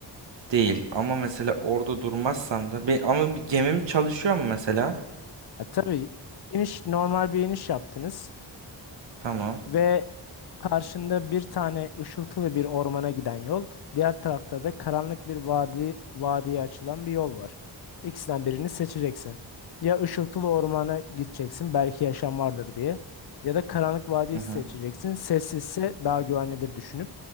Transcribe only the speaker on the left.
ha, tabii iniş normal bir iniş yaptınız.
Ve karşında bir tane ışıltılı bir ormana giden yol. Diğer tarafta da karanlık bir vadi, vadiye açılan bir yol var. İkisinden birini seçeceksin. Ya ışıltılı ormana gideceksin belki yaşam vardır diye. Ya da karanlık vadiyi
seçeceksin.
Sessizse daha güvenlidir düşünüp.